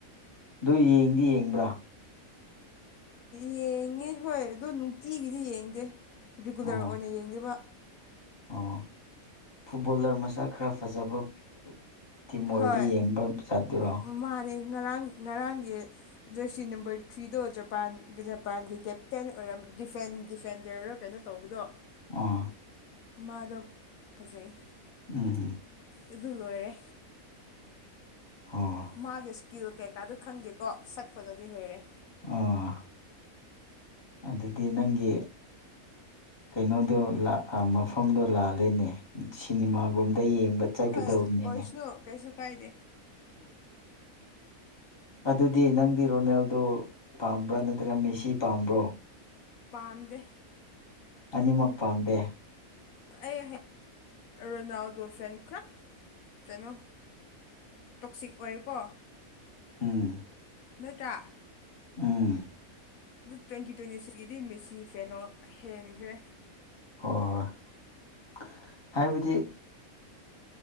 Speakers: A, on the left; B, on the left.
A: ꯑꯗꯨ ꯌꯦꯡꯗꯤ ꯌꯦꯡꯕ꯭ꯔꯥ
B: ꯌꯦꯡꯉꯦ ꯍꯣꯏ ꯑꯣ ꯅꯨꯡꯇꯤꯒꯤꯗꯤ ꯌꯦꯡꯗꯦ ꯔꯤꯒꯨꯂꯔ
A: ꯑꯣ
B: ꯑꯣꯏꯅ ꯌꯦꯡꯕ
A: ꯑꯣ ꯐꯨꯠꯕꯣꯂꯔ ꯃꯁꯛ ꯈꯔ ꯐꯖꯕ ꯇꯤꯃꯣꯏꯗ
B: ꯍꯣꯏ
A: ꯌꯦꯡꯕ ꯆꯠꯇꯔꯣ
B: ꯃꯥꯅꯦ ꯉꯔꯥꯡ ꯉꯔꯥꯡꯒꯤ ꯖꯔꯁꯤ ꯅꯝꯕꯔ ꯊ꯭ꯔꯤꯗꯣ ꯖꯄꯥꯟꯒ ꯖꯄꯥꯟꯒꯤ ꯀꯦꯞꯇꯦꯟ ꯑꯣꯏꯔꯝ ꯗꯤꯐ ꯗꯤꯐꯦꯟꯗꯔ ꯀꯩꯅꯣ ꯇꯧꯕꯗꯣ
A: ꯑꯥ
B: ꯃꯥꯗꯣ ꯐꯖꯩ
A: ꯎꯝ
B: ꯑꯗꯨ ꯂꯣꯏꯔꯦ
A: ꯑꯣ
B: ꯃꯥꯒꯤ ꯏꯁꯀꯤꯜ ꯀꯩꯀꯥꯗꯨ ꯈꯪꯗꯦꯀꯣ ꯁꯛꯄꯗꯗꯤ ꯂꯣꯏꯔꯦ
A: ꯑꯣ ꯑꯗꯨꯗꯤ ꯅꯪꯒꯤ ꯀꯩꯅꯣꯗꯣ ꯃꯐꯝꯗꯣ ꯂꯥꯜꯂꯦꯅꯦ ꯁꯤꯅꯦꯃꯥ ꯒꯨꯝꯕꯗ ꯌꯦꯡꯕ ꯆꯠꯀꯗꯧꯕꯅꯤꯅꯦ
B: ꯍꯣꯏ ꯑꯣꯏꯁꯅꯨ ꯀꯩꯁꯨ ꯀꯥꯏꯗꯦ <inaudible>
A: ꯑꯗꯨꯗꯤ ꯅꯪꯗꯤ ꯔꯣꯅꯦꯜꯗꯣ ꯄꯥꯝꯕ꯭ꯔꯥ ꯅꯠꯇ꯭ꯔꯒ ꯃꯦꯁꯤ ꯄꯥꯝꯕ꯭ꯔꯣ
B: ꯄꯥꯝꯗꯦ
A: ꯑꯅꯤꯃꯛ ꯄꯥꯝꯗꯦ
B: ꯑꯩ ꯔꯣꯅꯥꯜꯗꯣ ꯐꯦꯟꯈ꯭ꯔꯥ ꯀꯩꯅꯣ ꯇꯣꯛꯁꯤꯛ ꯑꯣꯏꯀꯣ
A: ꯑꯝ
B: ꯅꯠꯇ꯭ꯔꯥ
A: ꯎꯝ
B: ꯑꯗꯨ ꯇ꯭ꯋꯦꯟꯇꯤ ꯇ꯭ꯋꯦꯟꯇꯤ ꯊ꯭ꯔꯤꯗꯤ ꯃꯦꯁꯤ ꯐꯦꯟꯗꯣ ꯍꯦꯟꯈ꯭ꯔꯦ
A: ꯍꯣꯏ ꯍꯣꯏ ꯍꯥꯏꯕꯗꯤ